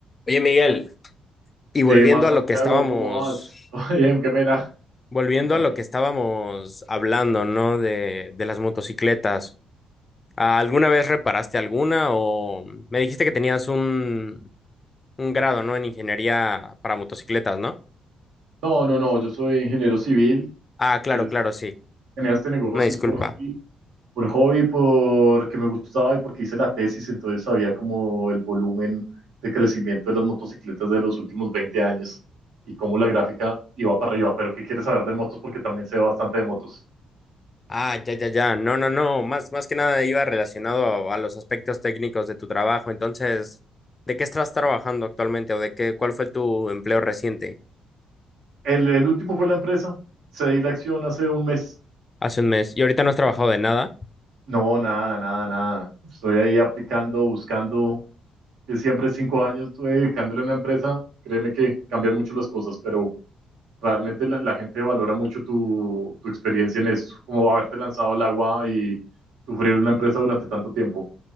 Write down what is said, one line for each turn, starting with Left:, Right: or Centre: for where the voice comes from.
Left: Oye, Miguel, y volviendo
Right: ¿Qué más,
Left: a
Right: Santiago?
Left: lo que estábamos,
Right: ¿Cómo vas? <laughs> Oye, qué pena.
Left: volviendo
Right: Cuéntame.
Left: a lo que estábamos hablando, ¿no? De, de las motocicletas. ¿Ah, ¿Alguna vez reparaste alguna o me dijiste que tenías un, un grado, ¿no? En ingeniería para motocicletas, ¿no?
Right: No, no, no, yo soy ingeniero civil.
Left: Ah, claro,
Right: es-
Left: claro, sí.
Right: tenía este negocio
Left: Una disculpa.
Right: es por hobby, por hobby, porque me gustaba y porque hice la tesis, entonces sabía como el volumen de crecimiento de las motocicletas de los últimos 20 años y cómo la gráfica iba para arriba. Pero ¿qué quieres saber de motos? Porque también sé bastante de motos.
Left: Ah, ya, ya, ya. No, no, no. Más, más que nada iba relacionado a, a los aspectos técnicos de tu trabajo. Entonces, ¿de qué estás trabajando actualmente o de qué, cuál fue tu empleo reciente
Right: El, el último fue la empresa. Cedí la acción hace un mes.
Left: hace un mes? ¿Y ahorita no has trabajado de nada?
Right: No, nada, nada, nada. Estoy ahí aplicando, buscando. que siempre cinco años estuve dedicándole a una empresa, créeme que cambian mucho las cosas, pero realmente la, la gente valora mucho tu, tu, experiencia en esto, como haberte lanzado al agua y sufrir una empresa durante tanto tiempo.